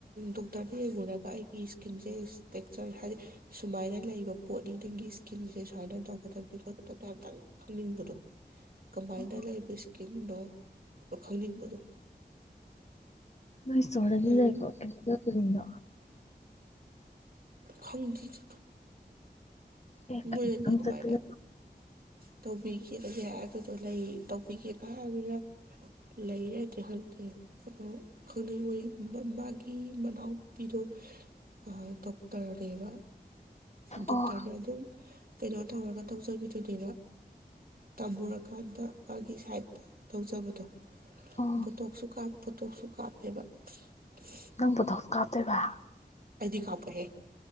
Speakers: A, on the right; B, on the left.
A: ꯗꯣꯛꯇꯔꯅ ꯌꯦꯡꯉꯨꯔꯒ ꯑꯩꯒꯤ ꯏꯁꯀꯤꯟꯁꯦ ꯏꯁꯇꯦꯛꯆꯔ ꯍꯥꯏꯗꯤ ꯁꯨꯃꯥꯏꯅ ꯂꯩꯕ ꯄꯣꯠꯅꯤ ꯅꯪꯒꯤ ꯏꯁꯀꯤꯟꯁꯦ ꯁꯨꯃꯥꯏꯅ ꯇꯧꯒꯗꯕꯅꯤ ꯈꯣꯠꯀꯗꯕꯅꯤ ꯑꯝꯇꯪ ꯈꯪꯅꯤꯡꯕꯗꯣ ꯀꯃꯥꯏꯅ
B: ꯑꯣ ꯑꯣ
A: ꯂꯩꯕ ꯏꯁꯀꯤꯟꯗꯣ ꯑꯗꯣ ꯈꯪꯅꯤꯡꯕꯗꯣ
B: <unintelligible>
A: ꯑꯗꯨꯅ
B: <unintelligible>
A: ꯈꯪꯗꯤꯗꯨꯗꯣ
B: ꯑꯦ
A: ꯃꯣꯏꯅꯗꯤ
B: ꯀꯩꯅꯣ ꯅꯪ
A: ꯑꯗꯨꯃꯥꯏꯅ
B: ꯆꯠꯄ
A: ꯇꯧꯕꯤꯒꯦꯗ ꯌꯥꯏ ꯑꯗꯨꯗꯣ ꯂꯩ ꯇꯧꯕꯤꯒꯦꯀ ꯍꯥꯏꯕꯗ ꯂꯩ ꯂꯩꯇ꯭ꯔꯤ ꯈꯪꯗꯦ ꯑꯗꫭ ꯈꯪꯗꯦ ꯂꫭꯏ <unintelligible> ꯒꯤ ꯃꯅꯥꯎꯄꯤꯗꫭ ꯑꯥ ꯗꯣꯛꯇꯔꯅꯦꯕ ꯗꫭꯛꯇꯔꯅꯦ
B: ꯑꯣ
A: ꯑꯗꯨ ꯀꯩꯅꯣ ꯇꯧꯔꯒ ꯇꯧꯖꯕꯤꯗꯨꯅꯦꯕ ꯇꯝꯃꯨꯔꯀꯥꯟꯗ ꯃꯥꯒꯤ ꯁꯥꯏꯠꯇ ꯇꯧꯖꯕꯗꯣ
B: ꯑꯣ
A: ꯕꫭꯇꯣꯛꯁꯨ ꯀꯥꯞꯄꯨ ꯇꯣꯛꯁꯨ ꯀꯥꯞꯄꯦꯕ <unintelligible>
B: ꯅꯪ ꯕꯨꯇꫭꯛꯁ ꯀꯥꯞꯇꫭꯏꯕꯥ
A: ꯑꯗꯨ ꯈꯥꯞꯄꫭꯏꯍꯦ